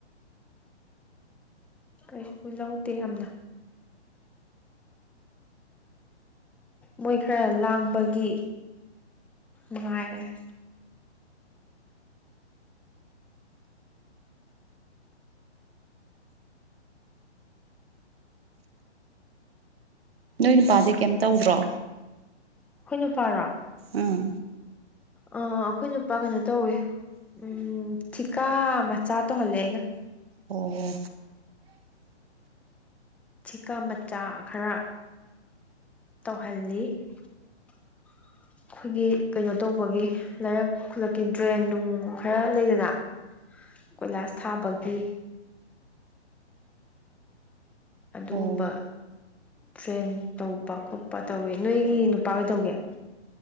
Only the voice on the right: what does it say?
ꯅꯣꯏ ꯅꯨꯄꯥꯗꯤ ꯀꯩꯝ ꯇꯧꯗ꯭ꯔꯣ
ꯑꯥ
ꯑꯣ
ꯑꯣ